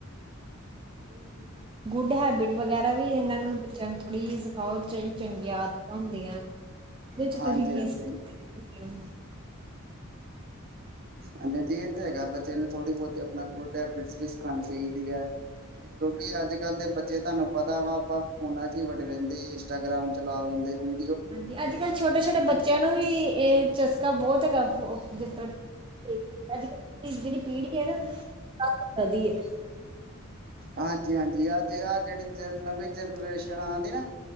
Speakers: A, on the right (about 25°); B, on the right (about 45°).
A: ਹਾਂਜੀ-ਹਾਂਜੀ ਕੋਈ ਗੁੱਡ ਹੈਬਿਟ ਵਗੈਰਾ ਵੀ ਏਨਾਂ ਨੂੰ ਬੱਚਿਆਂ ਨੂੰ ਥੋੜ੍ਹੀ ਜੇਈ ਸਿਖਾਓ। ਜੇੜੀ ਚੰਗੀ ਆਦਤਾਂ ਹੁੰਦੀਆਂ ਓਦੇ ਚ
B: ਹਾਂਜੀ
A: ਤੁਸੀਂ ਕੀ
B: ਹਾਂਜੀ
A: <unintelligible> ਓੌ
B: ਹਾਂਜੀ-ਹਾਂਜੀ ਏ ਤੇ ਹੈਗਾ ਬੱਚੇ ਨੂੰ ਥੋੜੀ-ਬੋਹਤੀ ਆਪਣਾ ਗੁਡ ਹੈਬਿਟਸ ਵੀ ਸਿਖਾਣੀ ਚਾਇਦੀ ਐ। ਕਿਉਂਕਿ ਅੱਜ-ਕਲ ਦੇ ਬੱਚੇ ਤਾਨੂੰ ਪਤਾ ਵਾ ਆਪਾ ਫੋਨਾ ਚ ਈ ਵੜੇ ਰੈੰਦੇ ਇੰਸਟਾਗ੍ਰਾਮ ਚਲਾ ਲੈਂਦੇ ਵੀ
A: ਹਾਂਜੀ ਅੱਜ-ਕੱਲ ਛੋਟੇ-ਛੋਟੇ ਬੱਚਿਆਂ ਨੂੰ ਵੀ ਏ ਚਸ ਹਾਂ ਬੋਹਤ ਹੈਗਾ ਫ ਜਿਸ ਤਰ੍ਹਾਂ ਕਿ ਅੱਜ-ਕੱਲ ਜੇੜੀ ਪੀੜ੍ਹੀ ਏ ਨਾ ਆਂ ਕਿਦਾਂ ਦੀ ਏ।
B: ਹਾਂਜੀ-ਹਾਂਜੀ ਅੱਜ ਆਹ ਜੇੜੀ ਨਵੀਂ ਜਨਰੇਸ਼ਨ ਆਣ ਦੀ ਨਾ